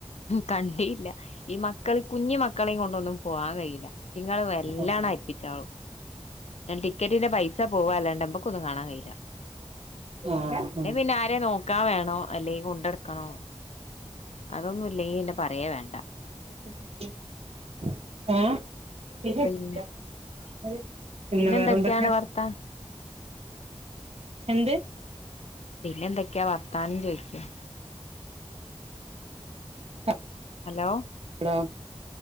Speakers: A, on the left; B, on the right.
A: കണ്ടില്ല ഈ മക്കൾ കുഞ്ഞി മ മക്കളേം കൊണ്ടൊന്നും പോവാൻ കഴിയില്ല ഇറ്റങ്ങള് വല്ലാ
B: ആഹ്
A: <inaudible> ഞാൻ ടിക്കറ്റിന്റെ പൈസ പോവ അല്ലാണ്ട് നമ്മക്കൊന്നും കാണാൻ കഴിയില്ല
B: ആഹ്
A: അല്ലെ
B: ഉം
A: പിന്നെ ആരെ നോ ക്കാ വേണോ അല്ലെങ്കിൽ കൊണ്ടട്ക്കണം അതൊന്നുല്ലെങ്കി പിന്നെ പറയേ വേണ്ട
B: ഏ എ <unintelligible>
A: പിന്നെ
B: അതെ പിന്നെ വേറെന്തൊക്കെയാ?
A: എന്തൊക്കെയാണ് വർത്താൻ
B: എന്ത്?
A: പിന്നെന്തൊക്കെയാ വർത്താനം ചോയിക്കാ
B: അ <unintelligible>
A: ഹലോ
B: ആഹ്